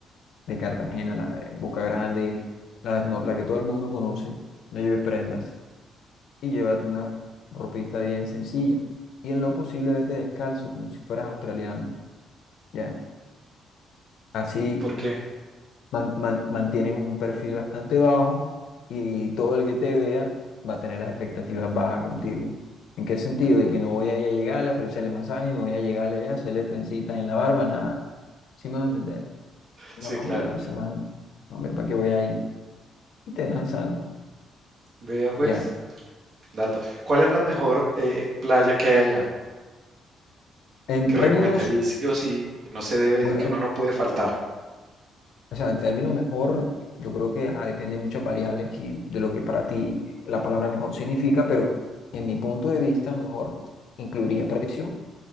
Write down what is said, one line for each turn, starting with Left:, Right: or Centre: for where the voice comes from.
Left: de Cartagena, la de Boca Grande, la, no- la que todo el mundo conoce, no lleves prendas y llévate una ropita bien sencilla. Y en lo posible vete descalzo, como si fueras australiano, ¿ya? Así
Right: ¿Por qué?
Left: man- man- mantienes un perfil bastante bajo y todo el que te vea va a tener las expectativas bajas contigo. ¿En qué sentido? De que no voy a ir a llegarle a ofrecerle masaje, no voy a llegarle allá a hacerle trencitas en la barba, nada. ¿Sí me van a entender? No,
Right: Sí, claro.
Left: hombre, no, ese man, no, hombre, ¿para qué voy a ir? Y te dejan sano.
Right: Vea pues.
Left: Ya.
Right: Dato. ¿Cuál es la mejor eh, playa que hay allá?
Left: En
Right: Que
Left: términos,
Right: recomendaría sí o sí, que no se debe,
Left: bueno,
Right: que
Left: en-
Right: uno no puede faltar,
Left: o sea, el término mejor, yo creo que ajá, depende de muchas variables y de lo que para ti la palabra mejor significa, pero en mi punto de vista, mejor incluiría precio,